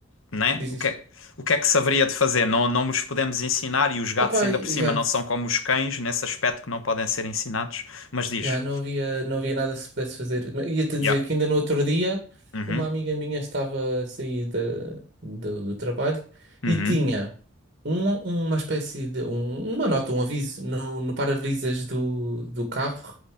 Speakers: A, on the left; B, on the right.
A: né?
B: Diz
A: O
B: isso.
A: que, é- o que é que se haveria de fazer? Não, não nos podemos ensinar e os gatos
B: Opa,
A: ainda por cima
B: já,
A: não são como os cães nesse aspecto que não podem ser ensinados. Mas diz,
B: já, não havia, não havia nada que se pudesse fazer. Mas Ia-te
A: yeah,
B: dizer que ainda no outro dia,
A: uhum,
B: uma amiga minha estava a sair da- do, do trabalho
A: uhum,
B: e tinha... um- uma espécie de um- uma nota, um aviso no, no para-brisas do, do carro